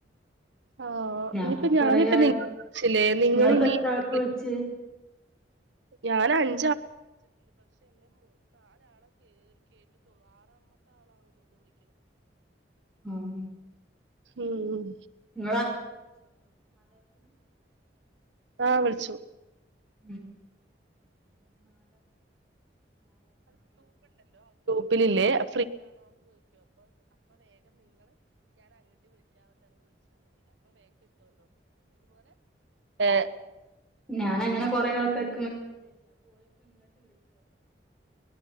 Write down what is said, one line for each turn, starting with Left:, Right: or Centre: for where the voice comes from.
Right: ആഹ്
Centre: ഞാൻപ്പം
Right: ഇനിയിപ്പോ
Centre: കൊറെയായി
Right: ഞാനിപ്പ നിങ്ങ വിളിച്ചില്ലേ നിങ്ങളിനി
Centre: നിങ്ങളിപ്പം എത്ര ആൾക്ക് വിളിച്ചു
Right: !!!!!!
Centre: ഉം
Right: ഊം
Centre: !!!!
Right: ആഹ്‌ വിളിച്ചു
Centre: !!!!
Right: !!!!!!!! ഏഹ്
Centre: !!!!!!!!!!!!